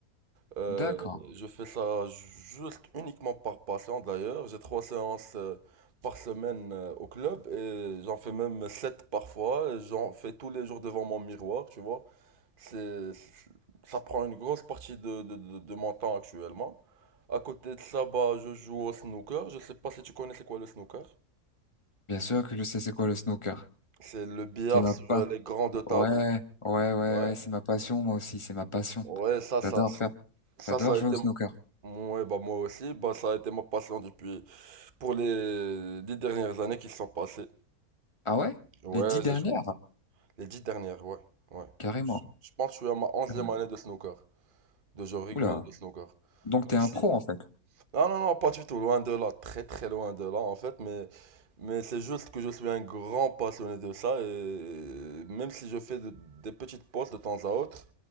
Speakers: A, on the right; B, on the left.
A: Euh,
B: D'accord.
A: je fais ça juste uniquement par passion, d'ailleurs. J'ai trois séances euh, par semaine euh, au club et j'en fais même sept parfois. et J'en fais tous les jours devant mon miroir, tu vois. C'est, c'est- ça prend une grosse partie de, de, de, de mon temps actuellement. À côté de ça, bah, je joue au snooker. Je sais pas si tu connais c'est quoi le snooker.
B: Bien sûr que je sais c'est quoi le snooker.
A: C'est le billard
B: C'est ma
A: sur
B: passion.
A: euh, les grandes tables.
B: Ouais, ouais, ouais, ouais,
A: Ouais.
B: c'est ma passion, moi aussi, c'est ma passion.
A: Ouais, ça, ça,
B: J'adore faire.
A: ça,
B: J'adore
A: ça a
B: jouer
A: été,
B: au snooker.
A: m- ouais, bah, moi aussi, bah, ça a été ma passion depuis, pour les dix dernières années qui se sont passées.
B: Ah ouais?
A: Ouais,
B: Les dix dernières?
A: j'ai joué. Les dix dernières, ouais, ouais.
B: Carrément.
A: Je je pense que je suis à ma onzième
B: Carrément.
A: année de snooker, de jeu régulier
B: Oula.
A: de snooker.
B: Donc
A: Même
B: t'es un
A: si-
B: pro en fait.
A: Non, non, non, pas du tout, loin de là, très très loin de là, en fait, mais, mais c'est juste que je suis un grand passionné de ça, et même si je fais de- des petites pauses de temps à autre,